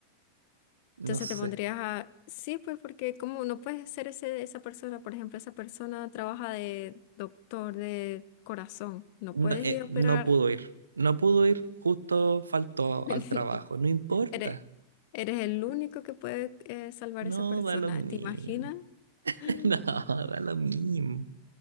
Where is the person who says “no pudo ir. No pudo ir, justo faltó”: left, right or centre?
Right